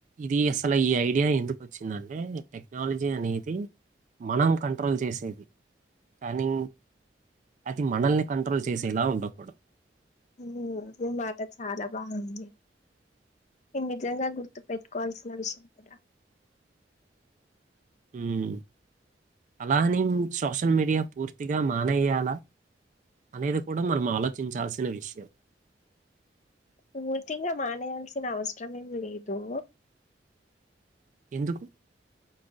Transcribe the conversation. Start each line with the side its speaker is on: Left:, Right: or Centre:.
Right: ఇది అసలు ఈ ఐడియా ఎందుకు వచ్చిందంటే టెక్నాలజీ అనేది మనం కంట్రోల్ చేసేది కానీ అది మనల్ని కంట్రోల్ చేసేలా ఉండకూడదు
Left: ఉమ్ ఈ మాట చాలా బాగుంది. ఇది నిజంగా గుర్తుపెట్టుకోవాల్సిన విషయం కదా
Right: ఉమ్ అలా ఏనీం సోషల్ మీడియా పూర్తిగా మానేయాలా? అనేది కూడా మనం ఆలోచించాల్సిన విషయం
Left: పూర్తిగా మానేయాల్సిన అవసరం ఏమిమి లేదు.
Right: ఎందుకు?